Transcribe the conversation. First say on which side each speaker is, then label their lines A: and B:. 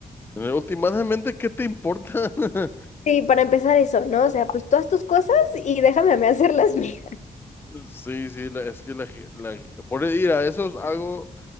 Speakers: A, on the left; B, on the left.
A: Últimamente, ¿qué te importa? <laughs>
B: Sí, para empezar eso, ¿no? O sea, pues todas tus cosas y déjame a mí hacer las <laughs> mías.
A: Sí, sí, la- es que la, ge- la- por ir a eso es algo